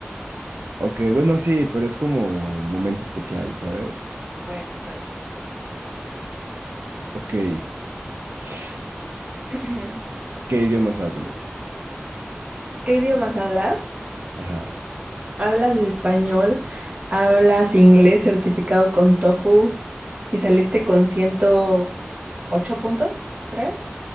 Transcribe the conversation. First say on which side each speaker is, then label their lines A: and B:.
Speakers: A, on the right; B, on the right.
A: ok, bueno, sí, pero es como momento especial, ¿sabes?
B: Bueno, está
A: Ok. <sighs>
B: bien.
A: ¿Qué idiomas hablo?
B: <clears throat> ¿Qué idiomas hablas?
A: Ajá.
B: ¿Hablas español? ¿Hablas inglés certificado con TOEFL? ¿Y saliste con ciento ocho puntos, creo?